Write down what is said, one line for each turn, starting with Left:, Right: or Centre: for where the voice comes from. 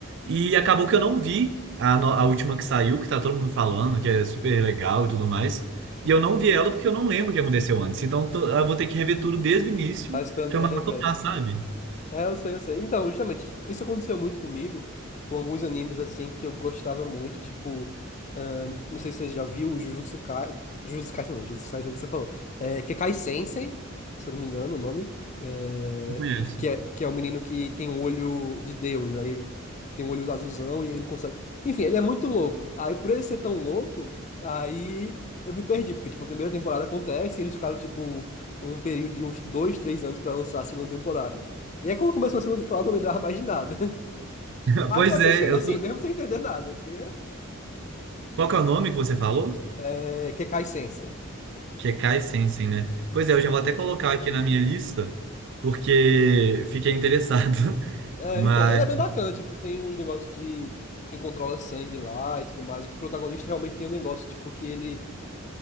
Right: E acabou que eu não vi a, no- a última que saiu, que tá todo mundo falando, que é super legal e tudo mais. E eu não vi ela porque eu não lembro o que aconteceu antes. Então tô- eu vou ter que rever tudo desde o início
Left: tava esperando
Right: pra
Left: pra
Right: eu maratonar,
Left: rever.
Right: sabe?
Left: É, eu sei, eu sei. Então, justamente, isso, isso aconteceu muito comigo, com alguns animes, assim, que eu gostava muito, tipo, ahn, não sei se você já viu o Jujutsu Kai, Jujutsu Kaisen não, Jujutsu Kaisen é o que você falou, é, que é Kai Sensei, se eu não me engano o nome, é,
Right: Não conheço.
Left: que é, que é o menino que tem um olho de Deus, aí ele tem um olho azulzão e ele consegue, enfim, ele é muito louco. Aí, por ele ser tão louco, aí eu me perdi, porque, tipo, a primeira temporada acontece e eles ficaram, tipo, um período de uns dois, três anos pra lançar a segunda temporada. E aí, quando começou a segunda temporada, eu não lembrava mais de nada. <laughs>
Right: <laughs>
Left: Mas
Right: Pois
Left: eu assisti
Right: é,
Left: ainda
Right: eu,
Left: assim, mesmo sem entender nada. Porque
Right: Qual que é o nome que você falou?
Left: é é, Kekai Sensen.
Right: Que é Kai Sensen, né? Pois é, eu já vou
Left: É,
Right: até colocar aqui na minha lista, porque fiquei interessado. <laughs>
Left: É,
Right: Mas,
Left: então, ele é bem bacana, tipo, tem uns negócios de quem controla sangue lá e tudo mais. O que o protagonista realmente tem um negócio, tipo, que ele.